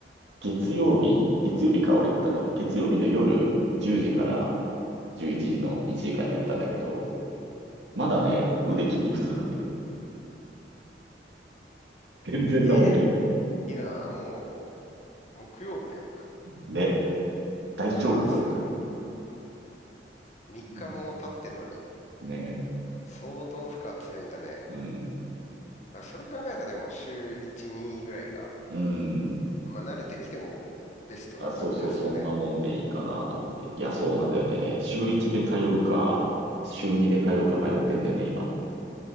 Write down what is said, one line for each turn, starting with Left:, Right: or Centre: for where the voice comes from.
Right: 月曜日、月曜日か、俺行ったの。月曜日の夜10時から11時の1時間でやったんだけど、まだね、腕筋肉痛なんだけど。全然なもんね。
Left: え今もう木曜日だよ。
Right: ね、大丈夫って思ってる。
Left: 火、水、木。3日も経ってんのに、
Right: うんね、
Left: 相当負荷強いんだね。
Right: うん。
Left: まあ、それ考えたらでも週1、2ぐらいが、
Right: うん。
Left: まあ慣れてきてもベストな感じはするね。
Right: あ、そうそう、そんなもんでいいかなと思って。いや、そうなんだよね。週1で通うか、週2で通うか迷ってんだよね、今。